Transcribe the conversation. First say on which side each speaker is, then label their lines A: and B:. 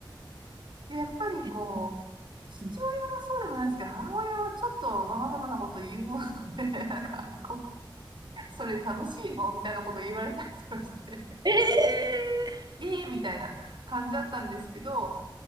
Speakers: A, on the right (about 70°); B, on the right (about 55°).
A: で、やっぱりこう、
B: え、
A: 父親がそうでもないですけど、
B: うん
A: 母親はちょっとわがままなこと言う方なので、<laughs> なんか、こう、それ楽しいのみたいなこと言われたりとかして、
B: え
A: <laughs> ええみたいな感じだったんですけど、